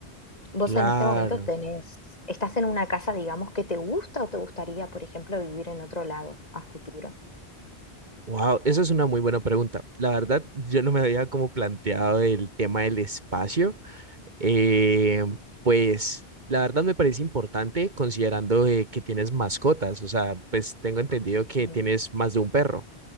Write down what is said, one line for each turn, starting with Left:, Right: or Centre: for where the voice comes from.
Left: Vos
Right: Claro.
Left: en este momento tenés, estás en una casa, digamos, que te gusta o te gustaría, por ejemplo, vivir en otro lado a futuro.
Right: Wow, eso es una muy buena pregunta. La verdad, yo no me había como planteado el tema del espacio. Eh, pues la verdad me parece importante considerando eh, que tienes mascotas. O sea, pues tengo entendido que
Left: Sí,
Right: tienes más de un perro.